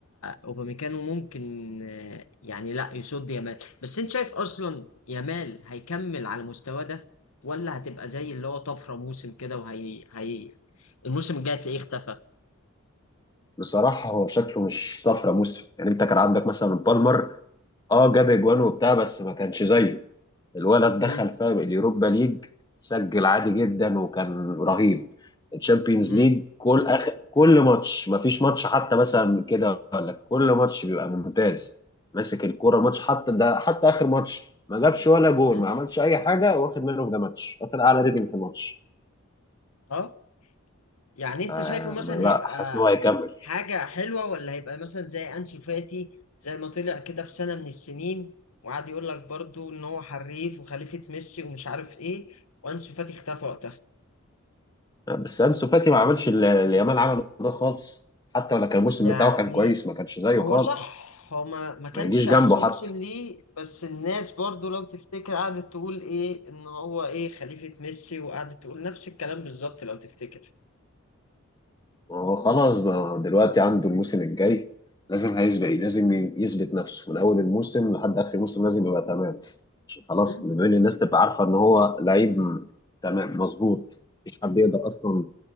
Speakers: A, on the left; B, on the left.
A: اوبامكانو ممكن آه، يعني لا يصد يامال بس انت شايف اصلا يامال هيكمل على المستوى ده ولا هتبقى زي اللي هو طفره موسم كده وهي هي الموسم الجاي هتلاقيه اختفى
B: بصراحه هو شكله مش طفره موسم يعني انت كان عندك مثلا بالمر اه جاب اجوان وبتاع بس ما كانش زيه الولد
A: مم.
B: دخل فاهم اليوروبا ليج سجل عادي جدا وكان رهيب الشامبيونز
A: مم.
B: ليج كل أخ... كل ماتش ما فيش ماتش حتى مثلا كده ولا كل ماتش بيبقى ممتاز ماسك الكوره ماتش حتى ده حتى اخر ماتش ما جابش ولا جول
A: مم.
B: ما عملش اي حاجه واخد منه في ده ماتش واخد اعلى ريتنج في الماتش
A: اه يعني انت
B: آه
A: شايفه مثلا
B: ما لا
A: هيبقى
B: حاسس ان هو هيكمل
A: حاجة حلوة ولا هيبقى مثلا زي أنسو فاتي زي ما طلع كده في سنة من السنين وقعد يقول لك برضو إن هو حريف وخليفة ميسي ومش عارف إيه وأنسو فاتي اختفى وقتها
B: بس انسو فاتي ما عملش اللي اللي يامال عمله ده خالص حتى ولا كان الموسم
A: يعني
B: بتاعه كان كويس ما كانش زيه
A: هو
B: خالص
A: صح هو ما, ما كانش
B: ما يجيش جنبه
A: أحسن موسم
B: حتى
A: ليه بس الناس برضو لو تفتكر قعدت تقول إيه إن هو إيه خليفة ميسي وقعدت تقول نفس الكلام بالظبط لو تفتكر
B: هو خلاص بقى دلوقتي عنده الموسم الجاي لازم هيسبق لازم يثبت نفسه من اول الموسم لحد اخر الموسم لازم يبقى تمام عشان خلاص
A: مم،
B: بين الناس تبقى عارفه ان هو لعيب م- تمام مظبوط مفيش حد يقدر اصلا